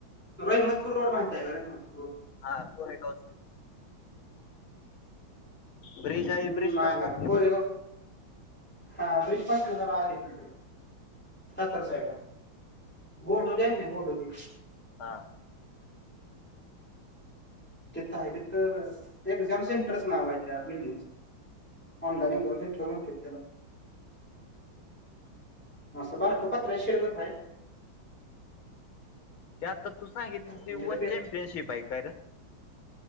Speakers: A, in the centre; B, on the left.
A: रहिमतपूर रोड माहितेय रहिमपूर रोड
B: हा कोरेगावचा त्यो ब्रिज आहे
A: हम्म
B: ब्रिज
A: नाय
B: बसतात
A: लेका कोरेगाव हा ब्रीज पासन जरा अलीकड. सातार साईडला गोडोली हाय ना गोडोली
B: हा.
A: तिथं हाय तिथं एक्झाम सेंटरच नाव ए त्या बिल्डिंगच् ऑनलाईन एक्झाम सेंटर मोठी त्येला असं बारकं पत्र्याच्या शेड गत हाय.
B: ते आता तू सांगितलं
A: आणि
B: ती
A: तिथं
B: वर्ल्ड
A: पे
B: चॅम्पियनशिप हाय काय रं?